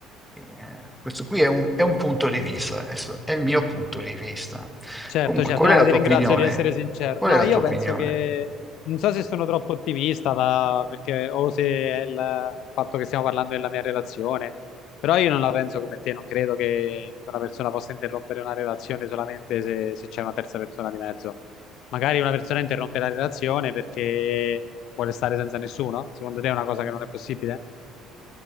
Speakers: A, in the centre; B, on the left.
A: eh, questo qui è un, è un punto di vista, adesso è il mio punto di vista.
B: Certo,
A: Comunque,
B: certo,
A: qual
B: no,
A: è la
B: ti
A: tua
B: ringrazio
A: opinione?
B: di essere sincero.
A: Qual
B: No,
A: è la
B: io
A: tua opinione?
B: penso che non so se sono troppo ottimista da- perché, o se è il, il fatto che stiamo parlando della mia relazione, però io non la penso come te, non credo che, che una persona possa interrompere una relazione solamente se, se c'è una terza persona di mezzo. Magari una persona interrompe la relazione perché vuole stare senza nessuno? Secondo te è una cosa che non è possibile?